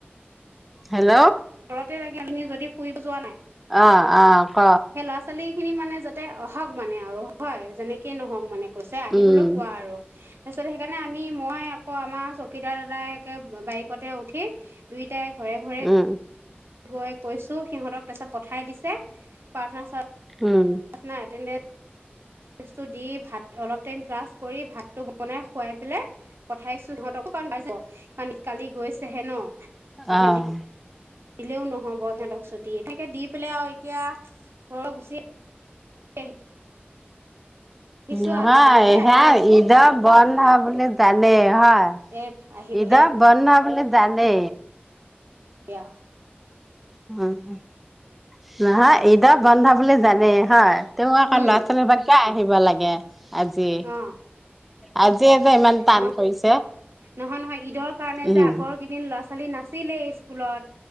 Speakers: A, in the centre; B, on the right (about 85°).
A: হেল্ল।
B: ঘৰতে লাগে আপুনি যদি ফুৰিব যোৱা নাই,
A: অ অ ক
B: সেই ল'ৰা ছোৱালীখিনি মানে আহক মানে আৰু হয় যেনেকেই নহওক মানে। কৈছে আহিবলৈ
A: উম
B: কোৱা আৰু। তাৰপিছত সেইকাৰণে আমি মই আকৌ আমাৰ চকীদাৰ দাদাইকে বাইকতে উঠি দুইটাই ঘৰে ঘৰে
A: উম।
B: গৈ কৈছো সিহঁতক তাৰপিছত পঠাই দিছে প্ৰাৰ্থনা
A: উম
B: প্ৰাৰ্থনা, এতেন্ডেছ দি ভাত অলপ টাইম ক্লাছ কৰি ভাতটো বনাই খোৱাই পেলাই পঠাইছো সিহঁতক কাৰণ কালি গৈছেহে ন। আজি
A: অহ।
B: দিলেও নহব সিহঁতক ছুটি এনেকে দি পেলাই আৰু এতিয়া ঘৰৰ গুচি <unintelligible> আহিছো
A: নহয়
B: আৰু লাহে লাহে আহি
A: সেয়া
B: আছো
A: ঈদৰ বন্ধ বুলি। জানে হয়
B: এ আহি পেলাই
A: ঈদৰ বন্ধ বুলি জানে।
B: কিয়?
A: উম নহয় ঈদৰ বন্ধ বুলি জানে। হয় তেওঁ আকৌ
B: উম
A: ল'ৰা ছোৱালীবোৰ কিয় আহিব লাগে? আজি।
B: অ
A: আজিয়ে যে ইমান তান
B: ন
A: কৈছে
B: নহয় নহয় ঈদৰ কাৰণে
A: উম।
B: যে আগৰ কেইদিন ল'ৰা ছোৱালী নাছিলেই স্কুলত